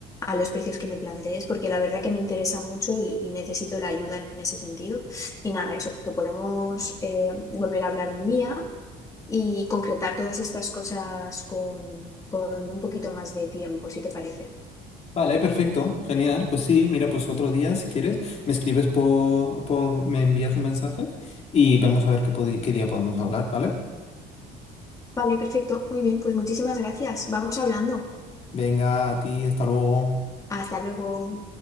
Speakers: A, on the left (about 20°); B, on the left (about 40°).
A: a los precios que me plantees, porque la verdad que me interesa mucho y, y necesito la ayuda en ese sentido. Y nada, eso, que podemos eh, volver a hablar un día y concretar todas estas cosas con, con un poquito más de tiempo, si te parece.
B: Vale, perfecto, genial. Pues sí, mira, pues otro día, si quieres, me escribes por, por, me envías un mensaje y vamos a ver qué, podi- qué día podemos hablar, ¿vale?
A: Vale, perfecto, muy bien, pues muchísimas gracias. Vamos hablando.
B: Venga, a ti, hasta luego.
A: Hasta luego.